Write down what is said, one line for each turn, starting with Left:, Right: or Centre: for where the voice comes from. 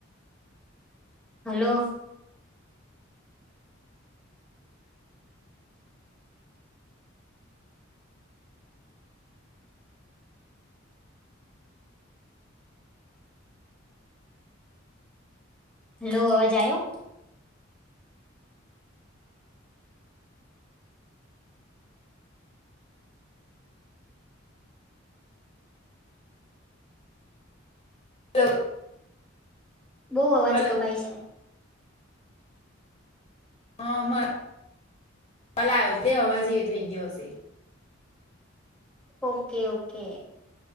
Centre: હલો. હલો અવાજ આયો?
Left: હલો.
Centre: બો અવાજ
Left: હલો
Centre: કપાય છે.
Left: હા આમાં કલા આયો એટલે અવાજ એ થઇ ગીયો હશે.
Centre: Okay okay.